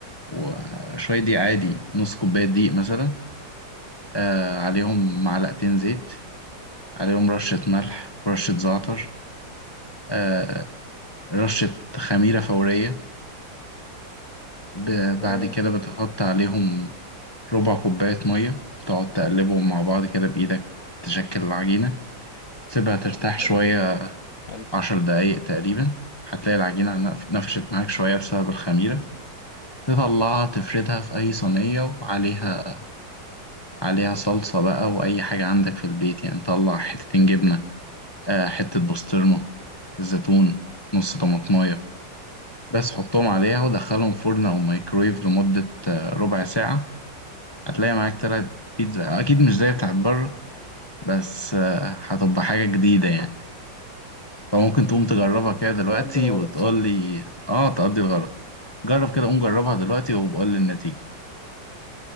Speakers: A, on the left (about 30°); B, on the left (about 50°).
A: وشوية دقيق عادي نص كوباية دقيق مثلا آه عليهم معلقتين زيت عليهم رشة ملح ورشة زعتر آه رشة خميرة فورية ب- بعد
B: تمام
A: كده بتحط عليهم ربع كوباية مية تقعد تقلبهم مع بعض كده بإيدك تشكل العجينة تسيبها ترتاح
B: حلو
A: شوية
B: حلو
A: عشر دقايق تقريبا هتلاقي العجينة نف- نفشت معاك شوية بسبب الخميرة تطلعها تفردها في أي صينية وعليها عليها صلصة بقى وأي حاجة عندك في البيت يعني طلع حتتين جبنة آه، حتة بسطرمة زيتون نص طماطماية بس حطهم عليها ودخلهم فرن أو مايكرويف لمدة آه، ربع ساعة هتلاقي معاك طلعت بيتزا أكيد مش زي بتاعت بره بس آه، هتبقى حاجة جديدة يعني فممكن تقوم تجربها كده دلوقتي
B: يقضي الغرض
A: وتقول
B: صح
A: لي آه تقضي الغرض جرب كده قوم جربها دلوقتي وبقول لي النتيجة